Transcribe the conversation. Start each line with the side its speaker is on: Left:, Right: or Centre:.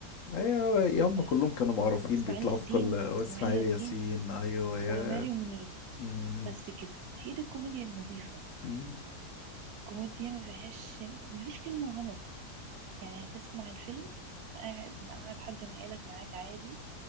Left: ايوه يا هم
Right: آه
Left: كلهم كانوا معروفين
Right: اسماعيل
Left: بيطلعوا
Right: ياسين
Left: في كل اسماعيل
Right: واسماعيل ياسين
Left: ياسين ايوه يا
Right: وماري منيب
Left: مم.
Right: بس كده هي دي الكوميديا النظيفة
Left: مم.
Right: كوميديا ما فيهاش ما فيش كلمة غلط يعني هتسمع الفيلم قاعد قاعد حد من عيالك معاك عادي